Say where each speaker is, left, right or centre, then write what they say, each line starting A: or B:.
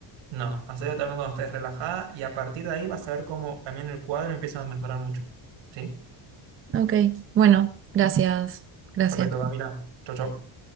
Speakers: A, on the right; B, on the right.
A: no, hacelo también cuando estés relajada y a partir de ahí vas a ver cómo también el cuadro empieza a mejorar mucho. ¿Sí?
B: Ok, bueno, gracias, gracias.
A: Perfecto, Camila. Chau, chau.